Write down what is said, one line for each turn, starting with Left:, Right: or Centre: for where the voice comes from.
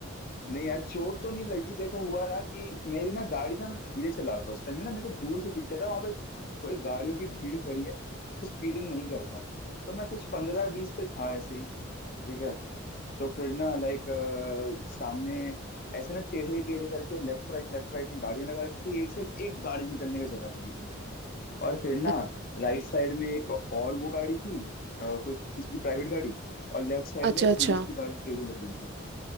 Left: नहीं यार चोट तो नहीं लगी देखो हुआ ना कि मेरी ना गाड़ी ना मैं धीरे चला रहा था उस टाइम में ना मेरे को दूर से दिख गया था वहां पे थोड़ी गाड़ियों की भीड़ खड़ी है तो स्पीडिंग नहीं करता तो मैं कुछ पंद्रह बीस पे था ऐसे ही ठीक है तो फिर ना लाइक सामने ऐसे ना टेढ़े टेढ़े करके लेफ्ट राइट लेफ्ट राइट में गाड़ियां लगा रखी थी एक सिर्फ एक गाड़ी निकलने का जगह था बीच में और फिर ना
Right: अ-
Left: राइट साइड में एक और वो गाड़ी थी अ, कोई किसी की प्राइवेट गाड़ी और लेफ्ट साइड
Right: अच्छा
Left: में एक
Right: अच्छा
Left: पुलिस की गाड़ी टेढ़ी लगी हुई थी